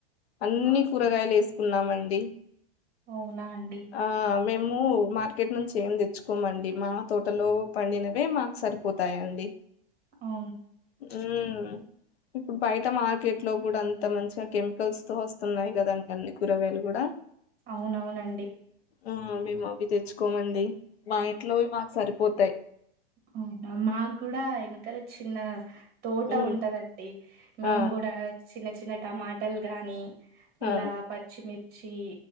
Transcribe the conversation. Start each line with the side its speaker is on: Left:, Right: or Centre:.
Left: అన్ని
Right: ఆ
Left: కూరగాయలు వేసుకున్నామండి
Right: అవునా అండి
Left: ఆ మేము మార్కెట్ నుంచి ఏమి తెచ్చుకోమండి మా తోటలో పండినవే మాకు సరి పోతాయండి
Right: అవు
Left: ఉమ్ ఇప్పుడు బయట మార్కెట్ లో కూడా అంత మంచిగా కెమికల్స్ తో వస్తున్నాయి కదండి అన్ని కూరగాయలు కూడా
Right: అవును అవును అండి
Left: ఉమ్ మేము అవి తెచ్చుకోమండి మా ఇంట్లోవి మాకు సరిపోతాయి
Right: అవునా మాకు కూడా వెనకాల చిన్న తోట
Left: ఉమ్
Right: ఉంటదండి మేము
Left: ఆ
Right: కూడా చిన్న చిన్న టమాటాలు గాని
Left: ఆ
Right: ఇలా పచ్చిమిర్చి